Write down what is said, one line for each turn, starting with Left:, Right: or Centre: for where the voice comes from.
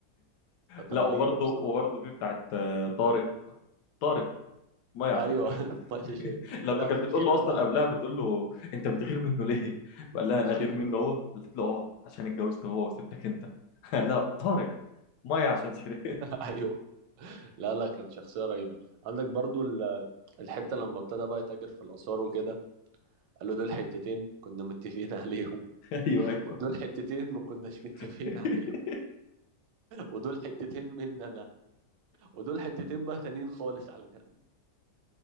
Right: كانت
Left: لا
Right: رهيبه
Left: وبرضه
Right: بصراحه
Left: وبرضه في بتاعت آه، طارق طارق ميه عشان
Right: ايوه
Left: سيرك
Right: <laughs>
Left: <laughs>
Right: بقى شيري
Left: لما
Right: لا
Left: كانت
Right: في
Left: بتقول
Right: الحته
Left: له اصلا
Right: بقى
Left: قبلها بتقول له انت بتغير منه ليه؟ قال لها انا
Right: <laughs>
Left: غير منه هو قالت له اه عشان اتجوزت هو وسبتك انت <laughs> قال لها طارق ميه عشان سيرك <laughs>
Right: ايوه لا لا كان شخصيه رهيبه عندك برضو ال- الحته لما ابتدى بقى يتاجر في الاثار وكده قال له دول حتتين كنا متفقين <laughs> عليهم
Left: ايوه ايوه
Right: ودول حتتين ما كناش متفقين
Left: <laughs>
Right: عليهم ودول حتتين مننا ودول حتتين بقى تانيين خالص على جنب